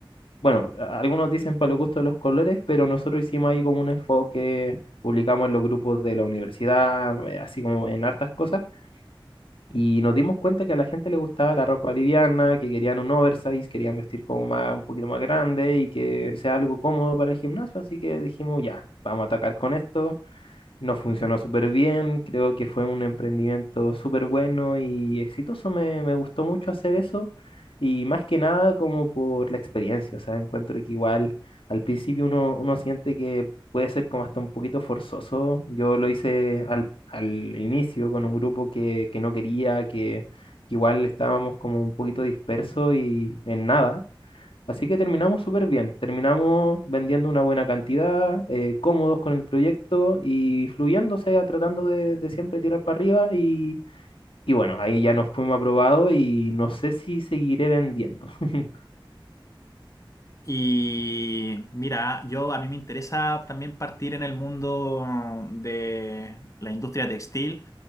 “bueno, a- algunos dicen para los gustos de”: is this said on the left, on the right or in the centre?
Left